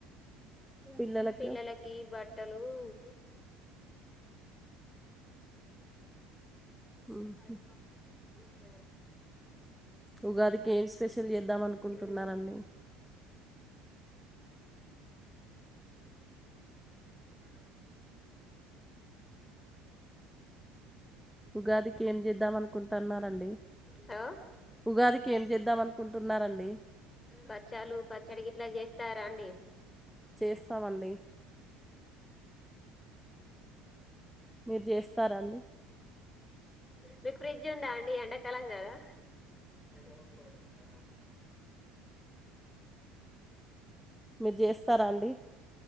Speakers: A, in the centre; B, on the left.
A: పిల్లలకు
B: పిల్లలకి బట్టలు ఊ <unintelligible>
A: మ్మ్. ఉగాదికి ఏం స్పెషల్ జేద్దాం అనుకుంటున్నారండి
B: ఉమ్ ఆ
A: ఉగాదికి ఏం చేద్దాం అనుకుంటన్నారండి.
B: హలో
A: ఉగాదికి ఏం చేద్దాం అనుకుంటున్నారండి.
B: బచ్చాలు పచ్చడికి గిట్లా చేస్తారా అండి.
A: చేస్తామండి. మీరు చేస్తారా అండి
B: మీకు ఫ్రిడ్జ్ ఉందా అండి. ఎండాకాలం కదా ఓ కోడకా
A: మీరు చేస్తారా అండి.